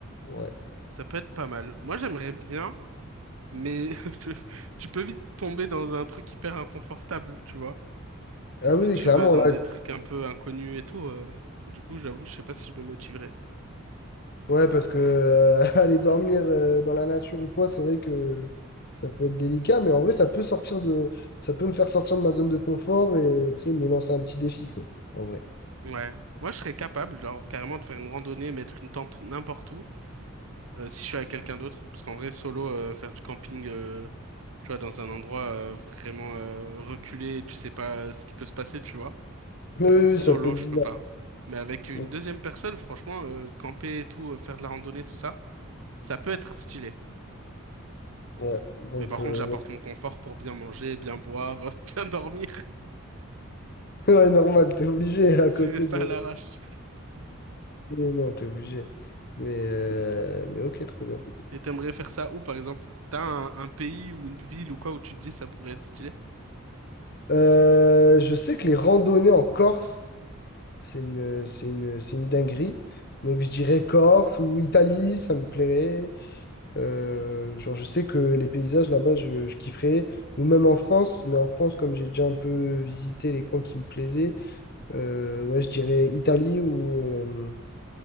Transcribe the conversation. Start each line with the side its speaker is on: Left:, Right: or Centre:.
Left: ouais.
Right: ça peut être pas mal. Moi, j'aimerais bien... Mais <laughs> tu tu peux vite tomber dans un truc hyper inconfortable, tu vois.
Left: Ah
Right: Si
Left: oui, oui,
Right: tu
Left: clairement,
Right: vas dans
Left: là,
Right: des trucs un peu inconnus et tout, euh, du coup, j'avoue, je sais pas si je me motiverai.
Left: Ouais, parce que euh, <laughs> aller dormir euh, dans la nature ou quoi, c'est vrai que ça peut être délicat, mais en vrai, ça peut sortir de, ça peut me faire sortir de ma zone de confort et tu sais, me lancer un petit défi, quoi, en vrai.
Right: Ouais. Moi, je serais capable, genre, carrément de faire une randonnée, mettre une tente n'importe où, euh, si je suis avec quelqu'un d'autre. Parce qu'en vrai, solo, euh, faire du camping, euh, tu vois, dans un endroit euh, vraiment euh, reculé, tu sais pas euh, ce qui peut se passer, tu vois.
Left: Oui, oui,
Right: Solo,
Left: oui, ça peut être
Right: je
Left: bizarre.
Right: peux pas. Mais avec une
Left: Ouais,
Right: deuxième personne, franchement, euh, camper et tout, euh, faire de la randonnée, tout ça, ça peut être stylé.
Left: ouais, donc,
Right: Mais par
Left: euh,
Right: contre, j'apporte
Left: ouais.
Right: mon confort pour bien manger, bien boire, <laughs> bien dormir.
Left: <laughs> Ouais, normal, t'es obligé
Right: <laughs>
Left: à
Right: Je
Left: côté
Right: vais pas
Left: de.
Right: à l'arrache.
Left: mais non, t'es obligé. Mais, euh, mais ok, trop bien.
Right: Et t'aimerais faire ça où, par exemple? T'as un, un pays ou une ville ou quoi où tu te dis ça pourrait être stylé?
Left: Euh, je sais que les randonnées en Corse, c'est une, c'est une, c'est une dinguerie. Donc, je dirais Corse ou Italie, ça me plairait. Euh, genre, je sais que les paysages là-bas, je, je kifferais. Ou même en France, mais en France, comme j'ai déjà un peu visité les coins qui me plaisaient, euh, ouais, je dirais Italie ou, euh,